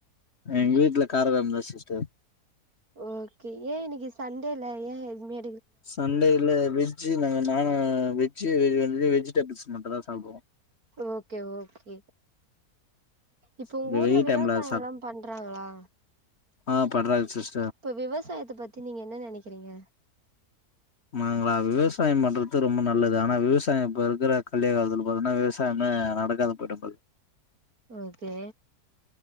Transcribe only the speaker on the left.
அ எங்க வீட்ல கார கொழம்தா சிஸ்டர்
சண்டேல வெஜ் நாங்க நானு வெஜ்ஜு வெ வந்து வெஜிடபிள்ஸ் மட்டுந்தா சாப்டுவோ
இந்த
வெயில்
டைம்ல சாப்
ஆ பண்றாங்க சிஸ்
மாங்களா விவசாயோ பண்றத்து ரொம்ப நல்லது ஆனா விவசாயோ இப்ப இருக்குற கலி காலத்துல பாத்தன்னா விவசா சாயமே நடக்காது போயிட போது